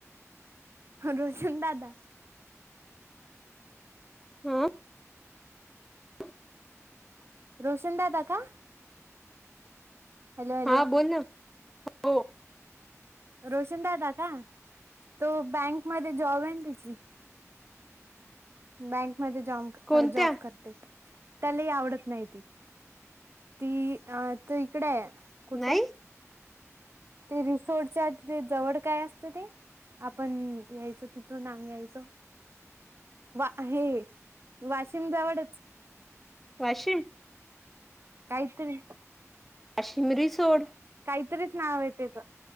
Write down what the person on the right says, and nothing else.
रोशन दादा.
रोशन दादा का. हॅलो हॅलो
रोशन दादा का तो बँकमध्येध्ये जॉब आहे ना तिची. बँकमध्ये जॉ
जॉब करते. त्यालाही आवडत नाही ती ती अ त इकडे. कुठ
ते रिसोर्टच्या तिथे जवळ काय असत ते. आपण यायचो तिथून नाम यायचो. वा हे वाशिमजवळच.
काहीच तरी.
काहीतरीच नाव आहे ते तर.